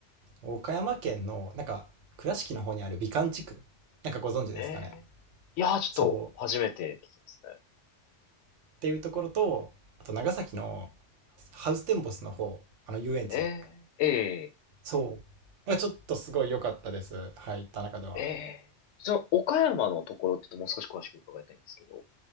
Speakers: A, on the right; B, on the left.
A: 岡山県のなんか倉敷の方にある美観地区、なんかご存知ですかね。
B: ええいやー、ちょっと初めて聞きますね。
A: そう。っていうところと、あと長崎のハウステンボスの方、あの遊園地。
B: えー、え
A: そう。がちょっとすごい良かったです。はい、行った中では。
B: ー、ええその岡山のところってちょっともう少し詳しく伺いたいんですけど、